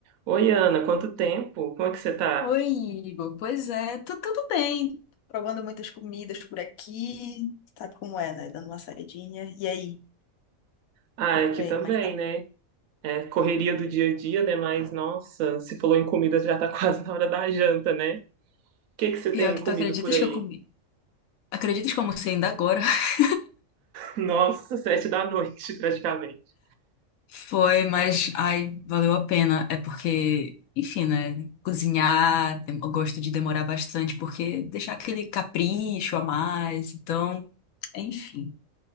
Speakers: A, on the right; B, on the left.
A: Oi, Ana, quanto tempo? Como é que você tá?
B: Oi, Igor. Pois é, tá tudo bem. Provando muitas comidas por aqui. Sabe como é, né? Dando uma saidinha. E aí,
A: Ah, é aqui
B: por aí,
A: também,
B: como é que tá?
A: né? É correria do dia a dia, né? Mas, nossa, se falou em comida, já tá <laughs> quase na hora da janta, né? O que que você
B: Pior
A: tem
B: que
A: comido
B: tu acreditas
A: por aí?
B: que eu comi. Acreditas que eu almocei ainda agora? <laughs>
A: Nossa, <laughs> sete da noite, praticamente.
B: Foi, mas ai, valeu a pena. É porque, enfim, né? Cozinhar, dem- eu gosto de demorar bastante, porque deixar aquele capricho a mais. Então, enfim,